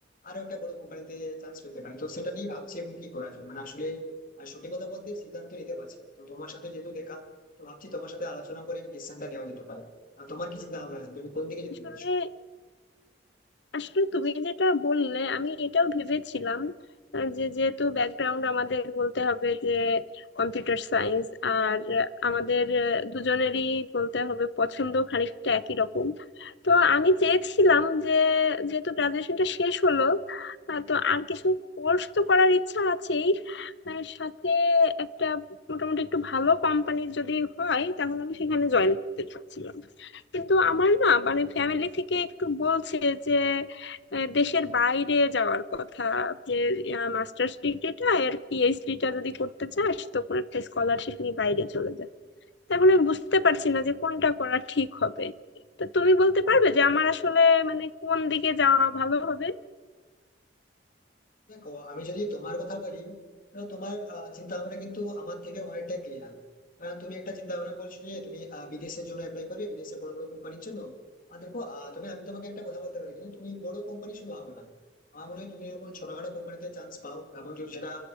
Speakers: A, on the left (about 50°); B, on the left (about 70°).
A: আরো একটা বড় কোম্পানিতে চান্স পেতে পারি তো সেটা নিয়ে ভাবছি এখন কি করা যায় মানে আসলে আহ, সত্যি কথা বলতে সিদ্ধান্ত নিতে পারছি না। তো তোমার সাথে যেহেতু দেখা তো ভাবছি তোমার সাথে আলোচনা করে ডিসিশনটা নেওয়া যেতে পারে আর তোমার কি চিন্তা ভাবনা আছে তুমি কোন দিকে যেতে
B: আসলে
A: চাচ্ছ
B: আসলে তুমি যেটা বললে আমি এটাও ভেবেছিলাম আহ, যে যেহেতু ব্যাকগ্রাউন্ড আমাদের বলতে হবে যে কম্পিউটার সায়েন্স আর আহ, আমাদের আহ, দুজনেরই বলতে হবে পছন্দ খানিকটা একই রকম তো আমি চেয়েছিলাম যে যেহেতু গ্রাজুয়েশনটা শেষ হলো আহ, তো আর কিছু কোর্স তো করার ইচ্ছা আছেই আহ, সাথে একটা মোটামুটি একটু ভালো কোম্পানির যদি হয় তাহলে আমি সেখানে জয়েন করতে চাচ্ছিলাম কিন্তু আমার না মানে ফ্যামিলি থেকে একটু বলছে যে আহ, দেশের বাইরে যাওয়ার কথা যে মাস্টার্স ডিগ্রিটা আর পিএইচডিটা যদি করতে চাস তো কোনো একটা স্কলারশিপ নিয়ে বাইরে চলে যা তো এখন আমি বুঝতে পারছি না যে কোনটা করা ঠিক হবে তো তুমি বলতে পারবে যে আমার আসলে মানে কোন দিকে যাওয়া ভালো হবে
A: দেখো আমি যদি তোমার কথা বলি তাহলে তোমার চিন্তা ভাবনা কিন্তু আমার থেকে অনেকটাই ক্লিয়ার তুমি একটা চিন্তা ভাবনা করছো যে তুমি আহ, বিদেশের জন্য অ্যাপ্লাই করবে বিদেশে বড় বড় কোম্পানির জন্য আর দেখো আহ, তবে আমি তোমাকে একটা কথা বলতে পারি কিন্তু তুমি বড় কোম্পানি শুধু ভাবো না আমার মনে হয় তুমি যখন ছোটখাটো কোম্পানিতে চান্স পাও এবং যদি সেটা